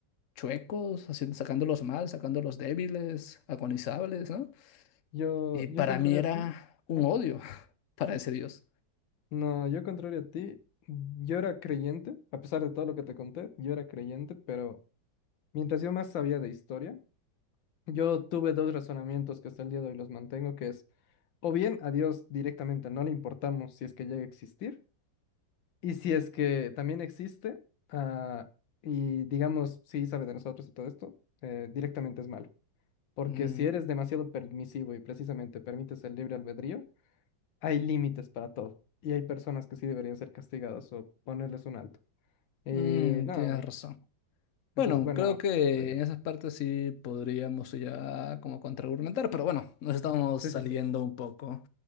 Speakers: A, on the left; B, on the left.
A: chuecos, haciendo, sacándolos mal, sacándolos débiles, agonizables, ¿no?
B: yo,
A: Y para
B: yo contrario
A: mí era
B: a ti,
A: un
B: ajá,
A: odio <laughs> para ese Dios.
B: no, yo contrario a ti, yo era creyente, a pesar de todo lo que te conté, yo era creyente, pero mientras yo más sabía de historia, yo tuve dos razonamientos que hasta el día de hoy los mantengo, que es, o bien a Dios directamente no le importamos si es que llega a existir, Y si es que también existe, ah, y digamos, sí sabe de nosotros y todo esto, eh, directamente es malo. Porque
A: Mm,
B: si eres demasiado permisivo y precisamente permites el libre albedrío, hay límites para todo. Y hay personas que sí deberían ser castigadas o ponerles un alto. Y
A: mm,
B: no,
A: tienes razón. Bueno,
B: entonces, bueno,
A: creo que
B: por ahí va.
A: en esas partes sí podríamos ya como contraargumentar, pero bueno, nos estamos
B: Sí,
A: saliendo
B: sí, sí.
A: un poco.